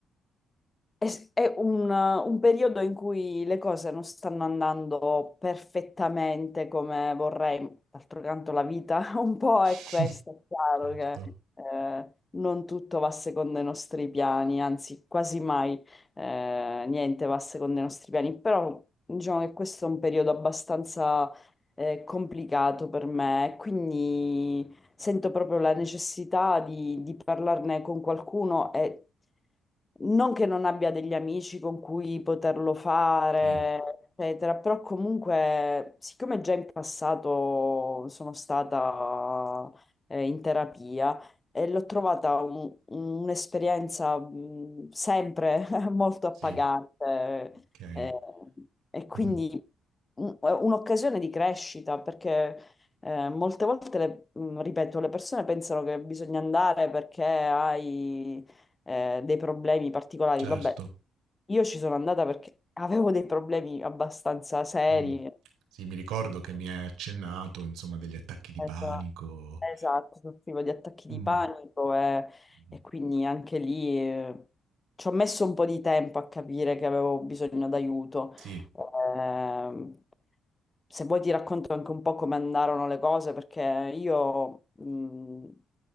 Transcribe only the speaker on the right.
<laughs>
Certo,
sì,
sì, okay.
Mh-mh,
certo.
Mh.
Sì, mi ricordo che mi hai accennato, insomma, degli attacchi di
panico.
Mh,
mh-mh.
Sì,